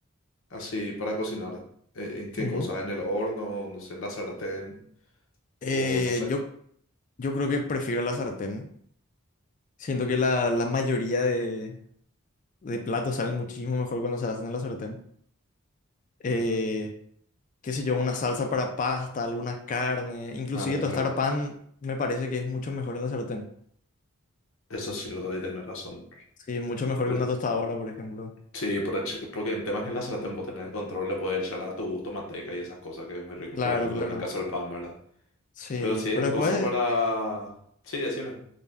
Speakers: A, on the left (about 70°); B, on the left (about 35°).
A: Así, para cocinar. Eh, ¿En qué
B: Ujú.
A: cosa? ¿En el horno? No sé, en la sartén.
B: Eh,
A: O no sé.
B: yo, yo creo que prefiero la sartén. Siento que la, la mayoría de, de platos salen muchísimo mejor cuando se hacen en la sartén. Eh,
A: Ujú.
B: qué sé yo, una salsa para pasta, alguna carne, inclusive
A: Ah, es
B: tostar
A: verdad.
B: pan me parece que es mucho mejor en la sartén.
A: Eso sí lo doy tener razón.
B: Sí, mucho mejor
A: El-
B: que una tostadora, por ejemplo.
A: sí, por ech- porque el tema es que en la sartén vos tenés el control, le puedes echar a tu gusto manteca y esas cosas que es muy rico,
B: Claro,
A: por ejemplo,
B: claro.
A: en el caso del pan, ¿verdad?
B: Sí,
A: Pero sí es
B: pero después
A: cosa para... Sí, decime.